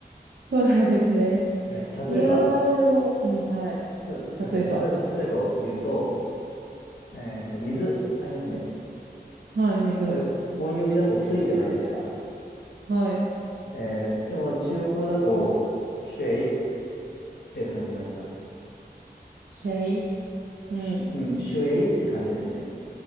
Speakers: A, on the right; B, on the left.
A: そうなんですね。
B: はい。
A: いやー、
B: 例えば、
A: でも、うん、はい。
B: ちょ、すいません。
A: 例えば、
B: 例え、例えばを言うと、えっと、水ありますね。
A: はい、水。
B: これ、音読みだと水じゃないですか。
A: はい。
B: えーでも中国語だと、シュエイっていう感じになります。
A: シェイ。うん。
B: しうん、シュエイって感じですね。